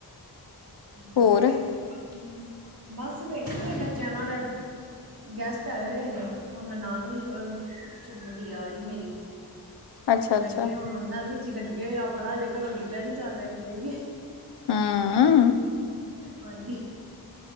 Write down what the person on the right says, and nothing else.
ਹਮ।
<unintelligible> ਬਸ ਬੈਠੇ ਬੱਚਿਆਂ ਨਾਲ ਗਸਟ ਆਏ ਹੋਏ ਨੇ ਉਹ ਨ ਨਾਨ ਵੀ ਚ ਵੱਡੀ ਆ ਰਹੀ ਮੇਰੀ।
ਲੱਗੇ ਹੋੁਣ ਉਹਨਾਂ ਵਿੱਚ ਹੀ ਲੱਗੇ ਹੋਏ ਆਪਣਾ ਹਜੇ ਘਰੋਂ ਨਿਕਲਿਆ ਨੀ ਜਾ ਰਿਹਾ ਕਿਤੇ ਵੀ।
ਹਾਂਜੀ